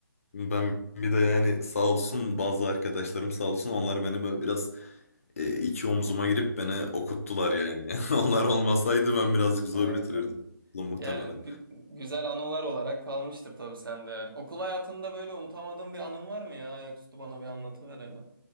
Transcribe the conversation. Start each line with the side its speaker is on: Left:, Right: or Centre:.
Left: ben bir de yani sağ olsun bazı arkadaşlarım sağ olsun onlar beni böyle biraz e, iki omzuma girip beni okuttular yani. <laughs> Onlar olmasaydı ben birazcık zor
Right: Evet,
Left: bitirirdim
Right: evet.
Left: Ulan muhtemelen.
Right: Ya gü- güzel anılar olarak kalmıştır tabii sende. Okul hayatında böyle unutamadığın bir anın var mı ya? Ayaküstü bana bir anlatıver hele.